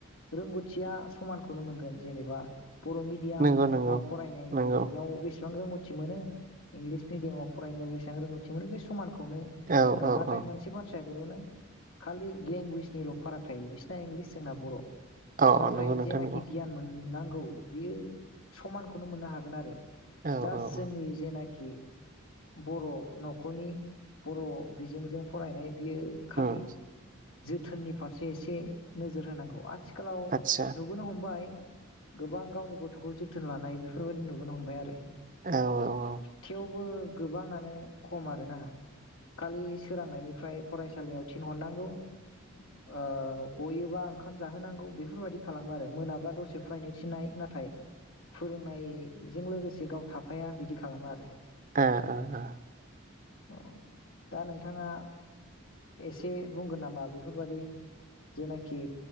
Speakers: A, on the left; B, on the right.
A: रोंगौथिया समानखौनो मोनगोन जेनेबा बर' मिडियामाव
B: नंगौ नंगौ
A: फराय नायाव
B: नंगौ
A: बेसे बेसेबां रोंगौथि मोनो इंलिस मिडियामाव फरायनायाव बेसेबां रोंगौथि मोनो बे समान खौनो
B: औ
A: मोनगोन
B: औ
A: नाथाय
B: औ
A: मोनसे बाथ्रा ट्राइबेलावनो खालि लेंगुवेजनिल' फाराग थायो बिसिना इंग्लिस जोंना बर'
B: औ
A: नाथाय
B: औ नंगौ नोंथां
A: जेनाखि
B: नंगौ
A: गियान मोननां औ बियो समानखौनो मोननो हागोन आरो जास
B: औ औ
A: जोंनि
B: औ
A: जेनाख बर' न'खरनि बर' बिजोंजों फरायनाय बियो खालि
B: उम
A: जोथोननि फारसे एसे नोजोर होनांगौ आथि खालाव
B: आदसा
A: नुबोनो हमबाय गोबां गावनि गथ'खौ जोथोन लानाय बेफोरबायदि नुबोनो हमबाय आरो
B: औ औ
A: थेवबो गोबाङानो खम आरोना खालि सोरांनायनिफ्राय फरायसालियाव थिनहरनांगौ ओ गयोबा ओंखाम जाहोनांगौ बेफोरबायदि खालामो आरो मोना बा दसे फरायनो थिननाय नाथाय फोरोंनायजों लोगोसे गाव थाफाया बिदि खालामो आरो
B: ओ ओ ओ
A: औ दा नोंथाङा एसे बुंगोन नामा बेफोरबादि? जेनाखि।